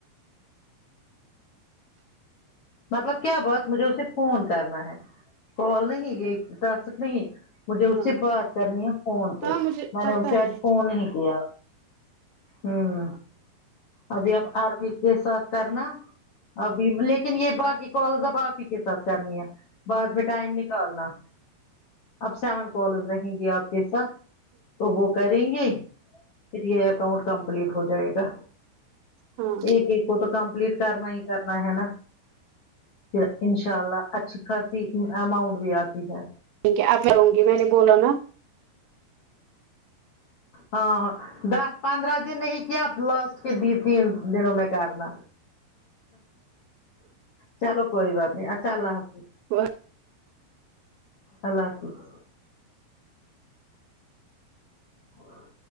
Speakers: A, on the left (about 65°); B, on the right (about 80°).
A: مطلب کیا بات مجھے اسے فون کرنا ہے کال نہیں یہ ٹاسک نہیں مجھے اس
B: ہاں
A: سے
B: ہاں
A: بات کرنی ہے فون پہ
B: ہاں مجھے
A: میں نے
B: پتا
A: اسے آج
B: ہے
A: فون نہیں کیا ہوں ابھی اب آر بھی کے ساتھ کرنا ابھی لیکن یہ باقی کالز اب آپ ہی کے ساتھ کرنی ہے بعد میں ٹائم نکالنا اب سیون کالز رہیں گی آپ کے ساتھ تو وہ کریں گے پھر یہ اکاؤنٹ کمپلیٹ ہو جائے گا
B: ہاں
A: ایک ایک کو تو کمپلیٹ کرنا ہی کرنا ہے نا پھر انشاء اللہ اچھی خاصی اماؤنٹ بھی آتی ہے
B: ٹھیک ہے اب کروں گی میں نے بولا نا
A: ہاں ہاں دس پندرہ دن ہی کیاب لاسٹ دی تین دنوں میں کرنا چلو کوئی بات نہیں اچھا اللہ حافظ
B: وہ
A: اللہ حافظ اور